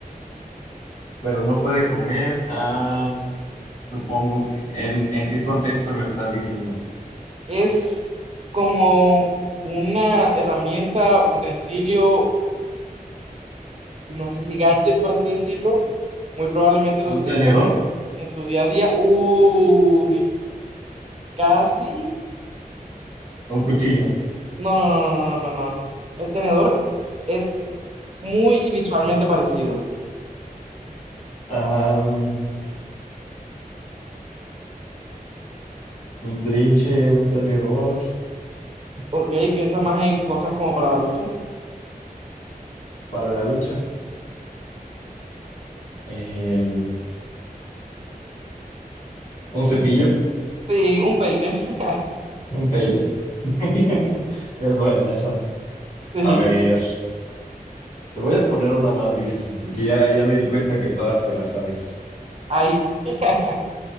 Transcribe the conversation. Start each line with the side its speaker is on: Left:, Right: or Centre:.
Left: pero no puede comer. Ah, supongo que en, ¿en qué contexto lo estás diciendo?
Right: Es como una herramienta, utensilio, no sé si gadget, por así decirlo. Muy probablemente
Left: ¿Un
Right: lo utilices
Left: tenedor?
Right: en, en tu día a día. Uy, casi.
Left: ¿Un cuchillo?
Right: No, no, no, no, no, no, no. El tenedor es muy visualmente parecido.
Left: Ah, mm, un trinche, un tenedor
Right: Ok, piensa más en cosas como para la ducha.
Left: para la ducha. Eh, un cepillo,
Right: Sí, un peine. <laughs>
Left: un peine. <laughs> Es buena esa.
Right: Sí,
Left: A ver, te voy a poner una más difícil porque ya, ya me di cuenta que todas te las sabes.
Right: ahí <laughs>